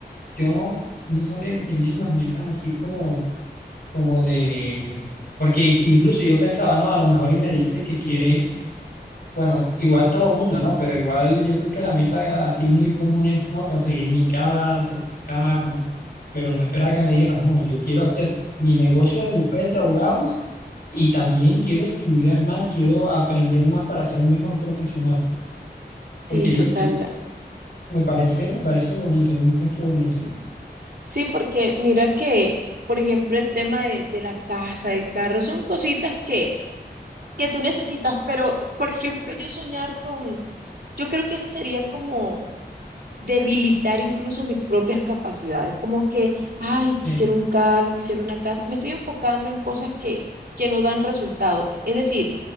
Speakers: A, on the left; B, on the right.
A: yo no sabía que tenían las metas así como, como de, porque incluso yo pensaba, no, a lo mejor y me dice que quiere Bueno, igual todo mundo, ¿no? Pero igual yo creo que la meta así muy común es, ¿no? Conseguir mi casa, mi carro, pero no esperar que me dijeran, no, yo quiero hacer mi negocio de bufete de abogados y también quiero estudiar más, quiero aprender más para ser mejor profesional.
B: Sí,
A: Porque listo,
B: total.
A: me parece, me parece bonito, un gesto bonito.
B: Sí, porque mira que, por ejemplo, el tema de, de la casa, del carro, son cositas que, que tú necesitas, pero, por ejemplo, yo soñar con, yo creo que eso sería como debilitar incluso mis propias capacidades, como que, ay, quisiera
A: Eh,
B: un carro, quisiera una casa, me estoy enfocando en cosas que, que no dan resultado. Es decir,